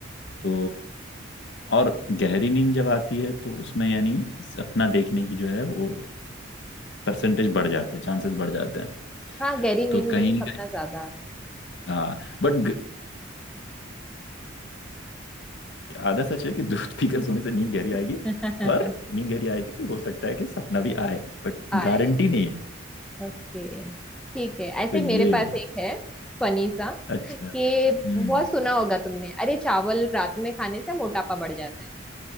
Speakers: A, on the left; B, in the centre.
A: तो और गहरी नींद जब आती है तो उसमें यानी अपना देखने की जो है वो परसेंटेज बढ़ जाते हैं चांसेस बढ़ जाते हैं
B: हाँ गहरी नींद
A: तो कहीं
B: में तो सपना
A: ना कहीं
B: ज्यादा
A: हाँ बट आधा सच है कि दूध पीकर सोने से नींद गहरी
B: आता
A: आएगी और
B: है। <laughs>
A: नींद गहरी आएगी तो हो सकता है कि सपना भी आए बट
B: आए
A: गारंटी नहीं है
B: ओके ठीक है ऐसे
A: तो
B: ही
A: ये
B: मेरे पास
A: है
B: एक है फनी सा
A: अच्छा
B: कि
A: हम्म
B: बहुत सुना होगा तुमने अरे चावल रात में खाने से मोटापा बढ़ जाता है